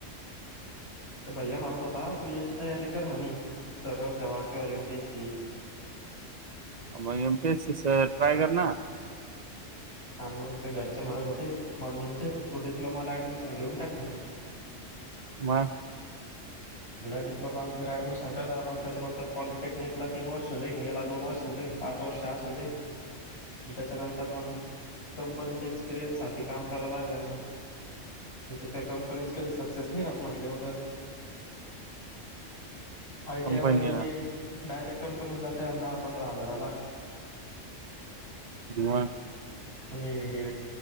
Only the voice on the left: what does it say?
ते भैया म्हणत होता तू याची तयारी कर म्हणे सरळ सेवा किंवा एम पीएस सी
हा मग ते घरचे म्हणत होते मम्मी ते तू डिप्लोमाला ऍडमिशन घेऊन टाक म्ह.
डिप्लोमाला जर ऍडमिशन केलं मग त्याच्यानंतर पॉलिटेक्निकला तीन वर्ष जाईन याला दोन वर्ष जाईल पाच वर्ष असे जाईन त्याच्यानंतर मग कंपनीच्या एक्सपिरियन्स सा काम करायला लागे ते काही कंपनीच काही सक्सेस नाही राहत म्हटलं एवढं. आय
टीवालेबी डायरेक्ट कंपनीत जाते दहा पंधरा हजाराला.
आणि हे